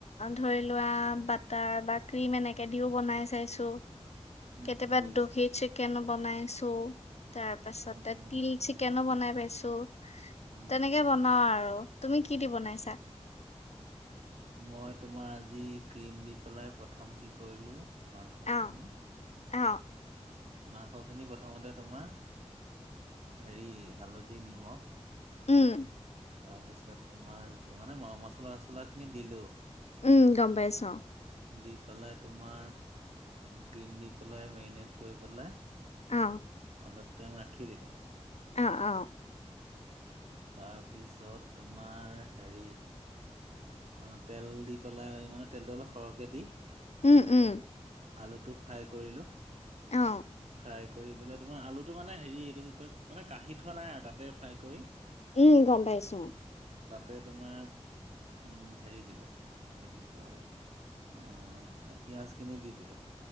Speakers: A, on the left; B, on the right.
A: ধৰি লোৱা বাটাৰ বা ক্ৰীম এনেকে দিও বন নাই চাইছো
B: উম,
A: কেতিয়াবা
B: উম বুজিছো।
A: দহি চিকেন বনাইছো তাৰ পাছত
B: উম, উম,
A: তিল চিকেনো বনাই পাইছো
B: উম।
A: তেনেকে বনাও আৰু তুমি কি দি বনাইছা?
B: মই তোমাৰ আজি ক্ৰীম দি পেলাই প্ৰথম কি কৰিলোঁ। মাংসখিনি
A: অ', অ',
B: মাংসখিনি প্ৰথমতে তোমাৰ হেৰি হালধি, নিমখ
A: উম।
B: তাৰপিছত তোমাৰ মানে মচলা চছলাখিনি দিলোঁ।
A: উম, গম পাইছোঁ।
B: দি পেলাই তোমাৰ ক্ৰীম দি পেলাই মেৰিনেট কৰি পেলাই
A: অ'।
B: অলপ টাইম ৰাখি দিলোঁ।
A: অ', অ'।
B: তাৰপিছত তোমাৰ হেৰি অ', তেল দি পেলাই মানে তেলটো অলপ সৰহকে দি
A: উম, উম,
B: আলুটো ফ্ৰাই কৰিলোঁ,
A: অ',
B: ফ্ৰাই কৰি পেলাই তোমাৰ আলুটো মানে হেৰি এইটো কি কয় মানে কাঢ়ি থোৱা নাই আৰু তাতে ফ্ৰাই কৰি
A: উম, গম পাইছোঁ।
B: তাতে তোমাৰ উম, হেৰি দিলোঁ আৰু কি কয় অহ, পিয়াজখিনি দি দিলোঁ।